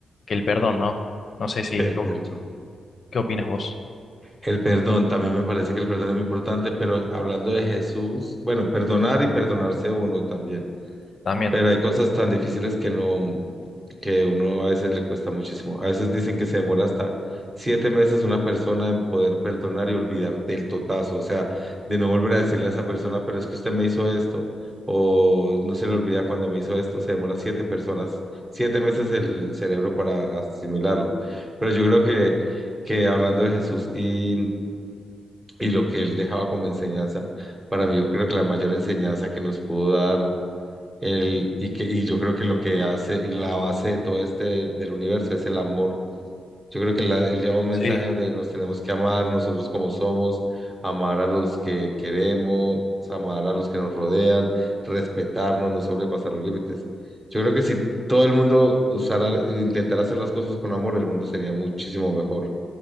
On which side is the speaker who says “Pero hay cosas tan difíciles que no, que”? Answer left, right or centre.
Right